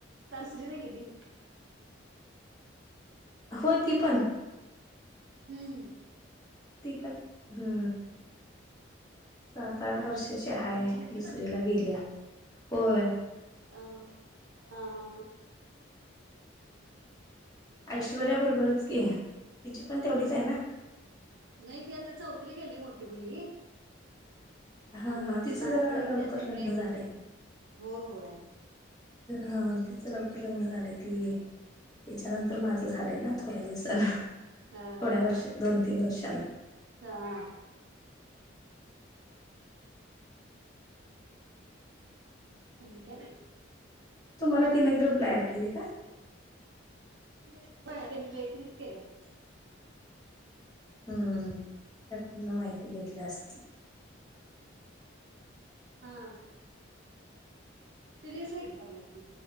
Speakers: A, on the right; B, on the left.
A: कितविला गेली?
B: हो ती पण
A: हम्म.
B: ती पण हा. सात आठ- आठ वर्षाची हाय
A: तुमची मुलगी
B: दुसरीला गेल्या होय.
A: अह अह
B: ऐश्वर्या बरोबरच की तिची पण तेवढीच आहे ना
A: नाही ती आता चौथला गेली मोठी मुलगी
B: हा
A: आणि
B: हा तिचं
A: बारकी
B: जरा
A: आहे
B: लवकर
A: ती अजून
B: लग्न
A: प्ले
B: झालंय
A: ग्रुपला आहे. हो होय.
B: हा, तिचं लवकर लग्न झालय ती तीच्यानंतर माझं झालंय ना थोड्याच दिवसानं
A: हा
B: थोड्या
A: हा
B: वर्ष, दोन तीन वर्षे झाल
A: हा. आणि काय?
B: तुम्हाला तिनी ग्रुपला ऍड केली का?
A: <unintelligible>
B: हम्म. तिच्या कडन माहिती घेतली असतील
A: हा तीनच हे करल्यात की